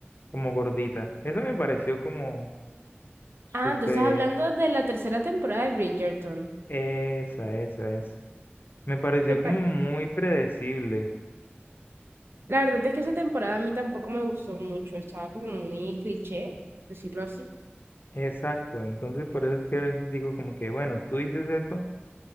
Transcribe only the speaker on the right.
Ah, tú estás hablando de la tercera temporada de Bridgerton.
¿Te parece?
La verdad es que esa temporada a mí tampoco me gustó mucho, estaba como muy cliché, decirlo así.